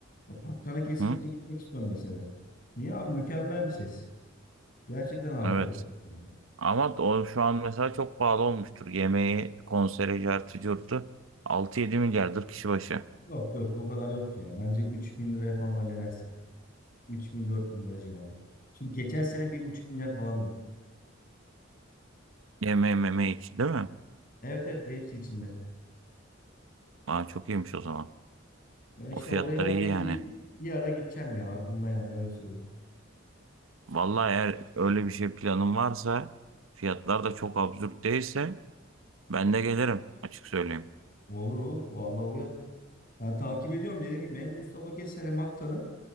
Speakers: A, on the left; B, on the right.
A: Bak Haktan'a kesinlikle
B: Hı?
A: gitmek istiyorum mesela. Niye abi? Mükemmel bir ses. Gerçekten harika
B: Evet.
A: bir ses yani.
B: Ama o şu an mesela çok pahalı olmuştur. Yemeği, konseri, cartı, curtu. 6-7 milyardır kişi başı.
A: Yok yok o kadar yoktu ya. Bence 3000 liraya falan halledersin. 3000 bin lira civarı. Şimdi geçen sene 1,5 milyar falandı.
B: Yemeği, memeği için değil mi?
A: Evet evet hepsi içinde.
B: Aa, çok iyiymiş o zaman.
A: Ya işte
B: O fiyatlar
A: oraya
B: iyi
A: ben bir,
B: yani.
A: bir, bir ara gideceğim ya aklımda yani öyle söyleyeyim.
B: Vallahi eğer öyle bir şey planın varsa fiyatlar da çok absürt değilse ben de gelirim açık söyleyeyim.
A: Olur olur. Vallahi uyar. Ben takip ediyorum dediğim gibi hem Mustafa Keser hem Haktan'ı.